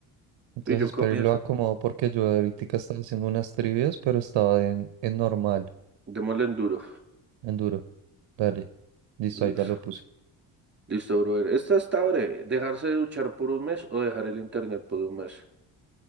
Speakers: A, on the right; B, on the right.
A: Entonces,
B: Y yo
A: espero
B: comienzo.
A: y lo acomodo porque yo ahorita estaba haciendo unas trivias, pero estaba en, en normal,
B: Démosle en duro.
A: en duro. Dale. Listo,
B: Listo.
A: ahí ya lo puse.
B: Listo, brother. Esta está breve. ¿Dejarse de duchar por un mes o dejar el internet por un mes?